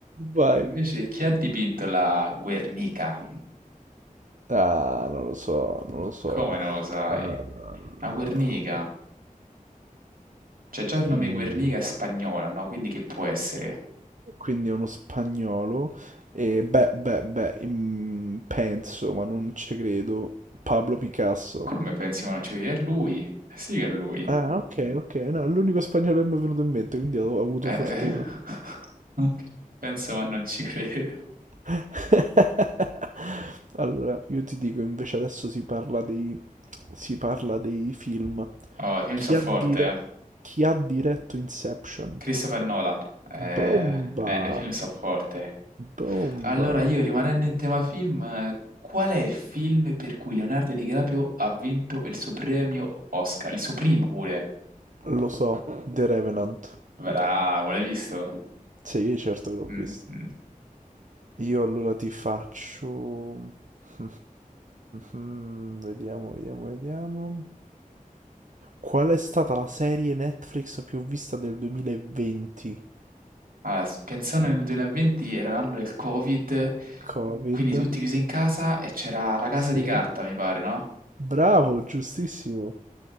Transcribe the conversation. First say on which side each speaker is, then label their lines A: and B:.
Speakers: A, on the right; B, on the right.
A: Vai.
B: Invece, chi ha dipinto la Guernica?
A: Ah, non lo so, non lo so.
B: Come non lo sai?
A: Ah,
B: La Guernica? Cioè, già il
A: mm,
B: nome Guernica è spagnola, no? Quindi che può essere?
A: quindi è uno spagnolo. E beh, beh, beh, mm, penso, ma non ci credo. Pablo Picasso.
B: Come pensi Monocchiudi? È lui? Sì che è lui.
A: Ah, ok, ok. No, è l'unico spagnolo che mi è venuto in mente, quindi ho avuto
B: Eh,
A: fortuna.
B: eh. <laughs> penso, ma non ci credo.
A: <laughs> Allora, io ti dico, invece adesso si parla dei, si parla dei film.
B: Oh, i film
A: Chi
B: so forte,
A: ha, dire-
B: eh.
A: chi ha diretto Inception?
B: Christopher Nolan. Eh,
A: Bomba!
B: eh, nei film so forte.
A: Bomba!
B: Allora, io rimanendo in tema film, eh, qual è il film per cui Leonardo DiCaprio ha vinto il suo premio Oscar? Il suo primo pure.
A: Lo so, The Revenant.
B: Bravo, l'hai visto?
A: Sì, certo che l'ho
B: Mm,
A: visto.
B: mm.
A: Io allora ti faccio... <laughs> Vediamo, vediamo, vediamo. Qual è stata la serie Netflix più vista del 2020?
B: Allora, s- pensando nel 2020 era l'anno del Covid,
A: Covid.
B: quindi tutti chiusi in casa e c'era la casa
A: Sì.
B: di carta, mi pare, no?
A: Bravo, giustissimo.